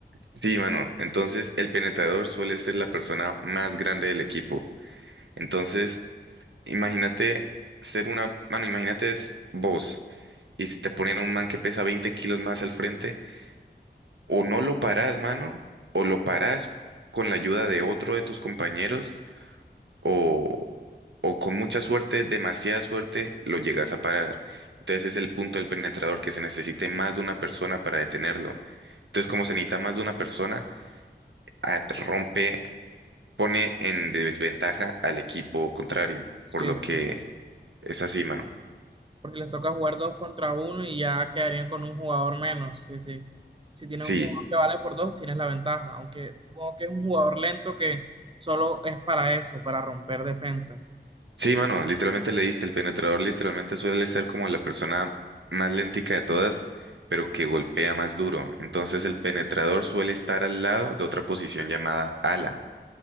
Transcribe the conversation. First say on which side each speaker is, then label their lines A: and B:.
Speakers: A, on the right; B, on the right.
A: Sí, mano. Entonces, el penetrador suele ser la persona más grande del equipo. Entonces, imagínate ser una, mano, imagínate es vos y si te ponen a un man que pesa 20 kilos más al frente, o no lo parás, mano, o lo parás con la ayuda de otro de tus compañeros, o, o con mucha suerte, demasiada suerte, lo llegas a parar. Entonces es el punto del penetrador que se necesite más de una persona para detenerlo. Entonces, como se necesita más de una persona, a- rompe, pone en desventaja al equipo contrario,
B: Sí,
A: por lo
B: sí.
A: que es así, mano.
B: Porque les toca jugar dos contra uno y ya quedarían con un jugador menos. Sí, sí. Si tienes
A: Sí,
B: un jugador que vale por dos, tienes la ventaja. Aunque supongo que es un jugador lento que solo es para eso, para romper defensas.
A: sí, mano, literalmente le diste. El penetrador literalmente suele ser como la persona más lentica de todas, pero que golpea más duro. Entonces el penetrador suele estar al lado de otra posición llamada ala.